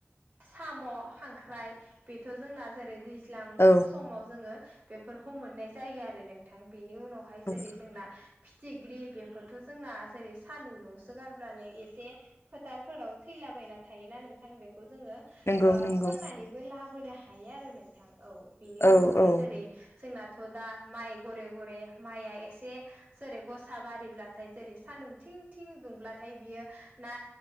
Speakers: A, on the right; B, on the left.
A: साम' खांख्राइ बे थ' जोंना जेरै दैज्लां
B: औ
A: समाव जोङो बेफोरखौ मोननाय जायो आरो नोंथां बेनि उनावहाय जेरै
B: औ
A: जोंना फिथिख्रि बेफोरथ' जोंना जेरै सान्दुंसो गारब्लानो एसे फोथारफोराव थैलाबायना थायोना नोंथां बेखौ जोङो
B: नंगौ
A: ओ
B: नंगौ
A: खननानैबो लाबोनो हायो आरो नोंथां औ बिनि
B: औ
A: उनावहाय
B: औ
A: जेरै जोंनाथ' दा माइ गघरे गघरे माइआ एसे जेरै गसा बारिब्लाथाय जेरै सानदुं थिं थिं दुंब्लाथाय बियो ना